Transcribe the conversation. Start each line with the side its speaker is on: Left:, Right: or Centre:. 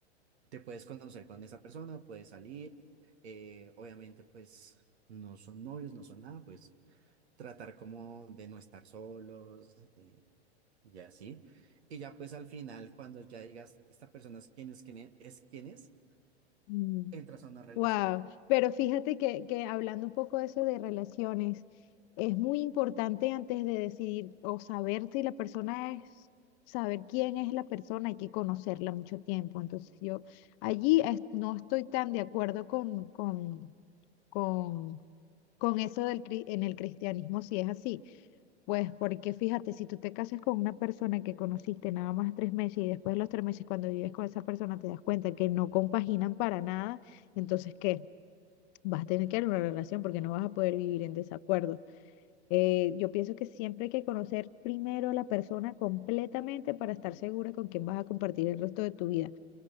Right: te puedes conocer con esa persona, puedes salir, eh, obviamente pues no son novios, no son nada, pues tratar como de no estar solos, de- y así. Y ya pues al final, cuando ya digas, esta persona es quien es, quien es, es quien es,
Left: Mm.
Right: entras a una relación.
Left: Wow, pero fíjate que, que hablando un poco de eso de relaciones, es muy importante antes de decidir o saber si la persona es, saber quién es la persona, hay que conocerla mucho tiempo. Entonces yo allí es- no estoy tan de acuerdo con, con, con, con eso del, cri- en el cristianismo, si es así. Pues porque fíjate, si tú te casas con una persona que conociste nada más tres meses y después de los tres meses cuando vives con esa persona te das cuenta que no compaginan para nada, entonces ¿qué? vas a tener que dar una relación porque no vas a poder vivir en desacuerdo. Eh, yo pienso que siempre hay que conocer primero a la persona completamente para estar segura con quién vas a compartir el resto de tu vida.